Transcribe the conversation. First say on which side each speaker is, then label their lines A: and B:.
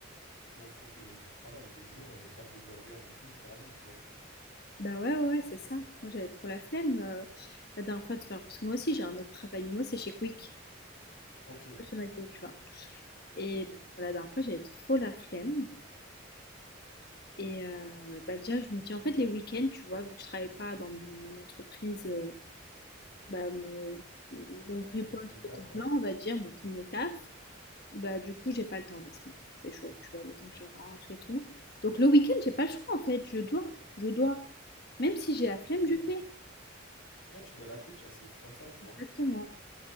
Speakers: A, on the left (about 90°); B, on the left (about 50°).
A: faut, faut que, que je travaille. Il y a des jours, euh, faire des burgers et tout, j'ai pas envie, tu vois.
B: Bah ouais, ouais, ouais, c'est ça. Moi, j'avais trop la flemme, heu, la dernière fois de faire parce que moi aussi j'ai un autre travail, mais moi c'est chez Quick,
A: Ok,
B: pas chez McDo, tu vois? Et
A: ok.
B: pour la dernière fois, j'avais trop la flemme. Et heu, bah, déjà, je me dis en fait, les week-ends, tu vois, vu que je travaille pas dans mon entreprise, heu, bah, mon mon vrai
A: Ton
B: poste
A: premier taf,
B: à temps
A: ouais.
B: plein, on va dire, mon premier taf, bah, du coup, j'ai pas le temps la semaine. C'est chaud, tu vois, le temps que je rentre et tout. Donc le week-end, j'ai pas le choix, en fait, je dois, je dois. Même si j'ai la flemme,
A: Ouais,
B: je fais.
A: Ouais, tu dois aller à la quick, genre, c'est c'est comme ça, tu vois.
B: Exactement.